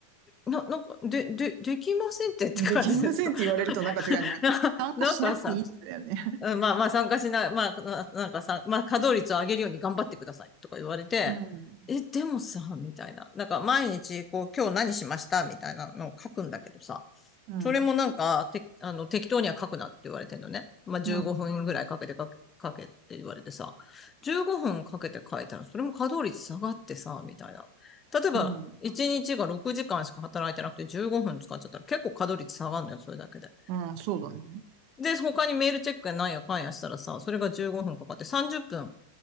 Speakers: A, on the left; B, on the right.
A: せん、な、なんか、で、で、できませんってって感じですか。
B: ん。できませんって言われるとなんか違うね。
A: <laughs>
B: 参加しなくていいですだよね。
A: な、なんかさ、うんまあまあ参加しない、まあな、なんかさ、まあ稼働率を上げるように頑張ってくださいとか言われて、
B: うん。
A: え、でもさ、みたいな。なんか毎日こう今日何しましたみたいなのを書くんだけどさ、
B: うん。
A: それもなんか、て、あの、適当には書くなって言われてんのね。まあ、15分ぐらいかけて書け、
B: うん。
A: 書けって言われてさ、15分かけて書いたら、それも稼働率下がってさ、みたいな。例えば、
B: うん。
A: 1日が6時間しか働いてなくて15分使っちゃったら結構稼働率下がるのよ、それだけで。
B: うん。そうだね。
A: で、他にメールチェックやなんやかんやしたらさ、それが15分かかって30分、